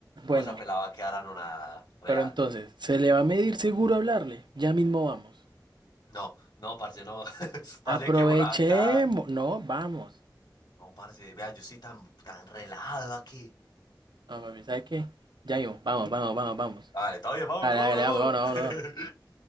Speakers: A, on the right (about 85°); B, on the left (about 70°).
A: Bueno,
B: No, esa pelada va a quedar anonadada, real.
A: pero entonces, ¿se le va a medir seguro hablarle? Ya mismo vamos.
B: No, no, parce, no. <laughs> Más
A: Aprovechemos.
B: bien que uno acá.
A: No, vamos.
B: No, parce, vea, yo estoy tan, tan relajado aquí.
A: No, papi, ¿sabe qué? Ya mismo, vamos, vamos, vamos, vamos.
B: Vale, todo bien, vámonos,
A: Dale,
B: vámonos,
A: dale, vamos, vamos,
B: vámonos.
A: vamos,
B: <laughs>